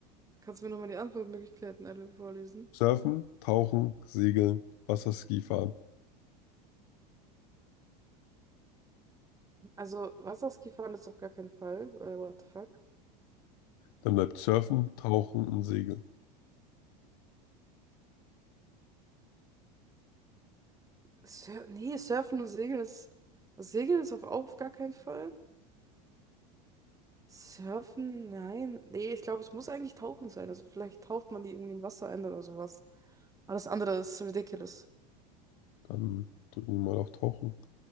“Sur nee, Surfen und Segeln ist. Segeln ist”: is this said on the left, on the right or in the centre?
Right